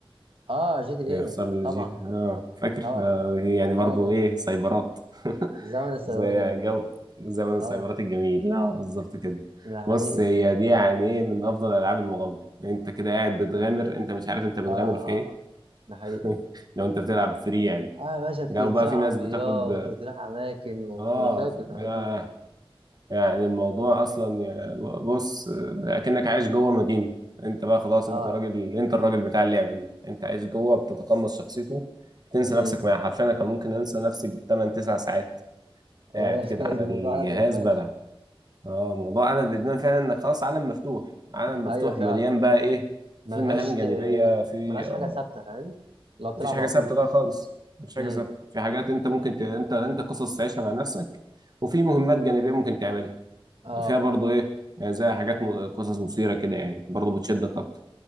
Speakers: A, on the right (about 70°); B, on the right (about 45°).
A: اه جي تي ايه
B: يخسر الجي
A: طبعا
B: اه فاكر
A: طبعا
B: آه
A: طبعا
B: هي يعني برضو
A: طبعا
B: ايه سايبرات <laughs>
A: زمن السيارات
B: زي
A: يا مان
B: جو زمن السايبرات
A: اه
B: الجميل لا بالظبط كده
A: ده
B: بص
A: حقيقي
B: هي
A: اه
B: دي يعني ايه من افضل العاب المغامره انت كده قاعد بتغامر انت مش عارف انت بتغامر
A: اه
B: في ايه
A: ده حقيقي
B: <laughs> لو انت بتلعب فري يعني
A: اه يا باشا ت-
B: لو
A: تسوق
B: بقى في
A: عربيات
B: ناس بتاخد
A: وتروح اماكن وانا
B: اه
A: فاكر الحاجات
B: آه،
A: دي
B: يعني الموضوع اصلا يا- بص اكنك عايش جوه مدينه انت بقى خلاص
A: اه
B: انت راجل انت الراجل بتاع اللعبه دي انت عايش جوه بتتقمص شخصيته تنسى
A: امم
B: نفسك معاه حرفيا انا كان ممكن انسى نفسي بالثمان تسع ساعات قاعد
A: لا
B: كده
A: <laughs> ده
B: على
A: الموضوع
B: الجهاز
A: ده ادمان
B: بلعب اه الموضوع انا بادمان فعلا انك خلاص عالم مفتوح عالم
A: <laughs>
B: مفتوح
A: ايوه فعلا
B: مليان بقى ايه
A: ملهاش
B: في مهام جانبيه
A: آه،
B: في
A: ملهاش
B: آه
A: حاجه ثابته فاهم لو بتلعب
B: مفيش حاجه
A: على
B: ثابته
A: طول
B: ده
A: ده
B: خالص مفيش حاجه
A: امم
B: ثابته في حاجات انت ممكن ت... انت انت قصص تعيشها مع نفسك وفي مهمات جانبيه ممكن تعملها
A: اه
B: فيها برضو
A: اه
B: ايه يعني زي حاجات م- قصص مثيرة كده يعني برضو بتشدك اكتر